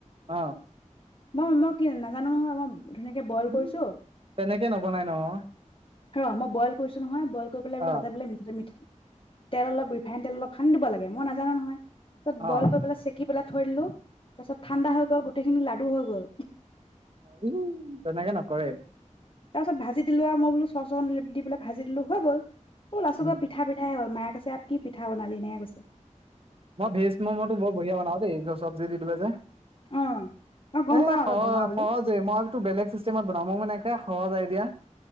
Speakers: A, on the right; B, on the left.
A: অ
B: মই মই কি নাজানো নহয় মই ধুনীয়াকে বইল
A: উম,
B: কৰিছো
A: তেনেকে নবনাই নহয়
B: ৰ মই বইল কৰিছো নহয় বইল কৰি পেলাইোলে
A: অ
B: তা বো মঠাতে মঠাই তেল অলপ ৰিপ ভেন তেল অলপ সানি দিব লাগে মই নাজানো নহয়। তত
A: অ
B: বইল কৰি পেলাই চেক কি পেলাই থৈ দিলো তাপাছত ঠাণ্ডা হৈ গ'ল গোটেইখিনি লাডু হৈ গল
A: উমম তেনেকে ন কৰে
B: তাৰপিছত ভাজি দিলো আৰু মই বোলো চ চৰ দি পেলাই ভাজি দিলোঁ হৈ গ'ল লাচতত‌গৈ
A: উম
B: পিঠা পিঠাই হ'ল মায়ে এয়া কি পিঠা বনালি এনেকে কৈছে।
A: মই ভেজ ম'ম'টো বৰ বঢ়িয়া বনাও দেই চবজি দি পেলাই যে
B: অ অ গম
A: এ
B: পাও
A: সহ
B: তই বনোৱা বুলি
A: সহজেই মই বেলেগ চিষ্টেমত বনাব মানে সহজ আইদিয়াত